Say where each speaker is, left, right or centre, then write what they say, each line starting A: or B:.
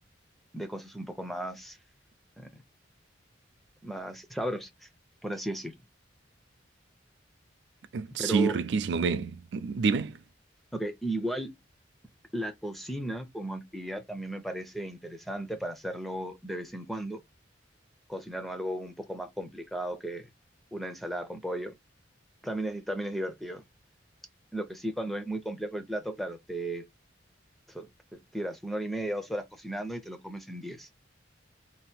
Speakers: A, in the centre; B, on the right (about 65°).
A: de cosas un poco más eh, más sabrosas, por así decirlo.
B: Eh, Sí,
A: Pero,
B: riquísimo, me, dime.
A: ok, igual la cocina como actividad también me parece interesante para hacerlo de vez en cuando, cocinar algo un poco más complicado que una ensalada con pollo. También es, también es divertido. Lo que sí, cuando es muy complejo el plato, claro, te, so- te tiras una hora y media, dos horas cocinando y te lo comes en diez.